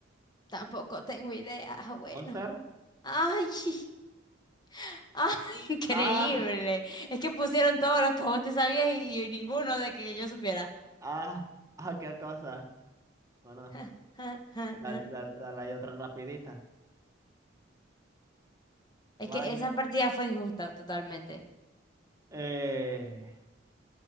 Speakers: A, on the left; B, on the right.
A: Tampoco tengo idea. Ah, Bueno.
B: ¿Monster?
A: Ay, <laughs> ay, <laughs> increíble.
B: Ah.
A: Es que pusieron todos los que vos te sabías y, y ninguno de que yo supiera.
B: Ah, <laughs> ah, qué cosa. Bueno,
A: <laughs>
B: dale, dale, dale ahí otra rapidita. Player.
A: Es que esa partida fue injusta totalmente.
B: Eh,